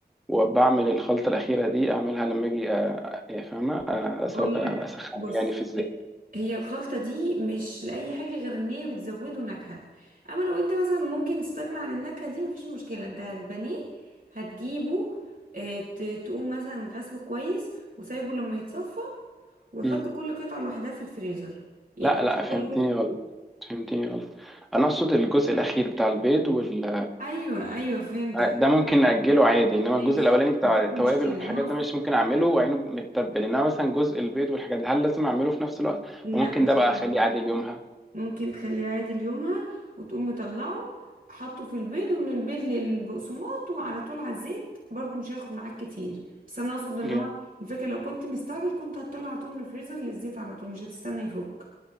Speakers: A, in the centre; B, on the right.
A: وبعمل الخلطه الاخيره دي اعملها لما اجي آه، يعني فاهمه آه،
B: اقول
A: أسو- آه،
B: لك
A: اسخنه
B: بص
A: يعني في الزيت
B: هي الخلطة دي مش لأي حاجة غير ان هي بتزوده نكهة اما لو انت مثلا ممكن تستغنى عن النكهة دي مفيش مشكلة انت البانيه هتجيبه آه، ت- تقوم مثلا غسله كويس وسايبه لما يتصفى وحط
A: مم.
B: كل قطعة لوحدها في الفريزر يعني
A: لا لا
B: مش
A: فهمتني
B: كل قطعة
A: غلط فهمتني غلط انا اقصد الجزء الاخير بتاع البيض وال
B: ايوه ايوه فهمتك
A: آه، ده ممكن نأجله عادي انما
B: ماشي
A: الجزء الاولاني بتاع
B: مفيش
A: التوابل
B: مشكلة
A: والحاجات
B: انا اقصد
A: ده مش ممكن اعمله وعينه متبل انما مثلا جزء البيض والحاجات دي هل لازم اعمله في نفس الوقت
B: لا
A: وممكن
B: مش
A: ده بقى
B: لازم.
A: اخليه عادي ليومها
B: ممكن تخليه عادي ليومها وتقوم مطلعه حطه في البيض ومن البيض للبقسماط وعلى طول على الزيت برضو مش هياخد معاك كتير بس انا اقصد ان
A: جامد
B: هو الفكره لو كنت مستعجل كنت هتطلع على طول من الفريزر للزيت على طول مش هتستنى يفك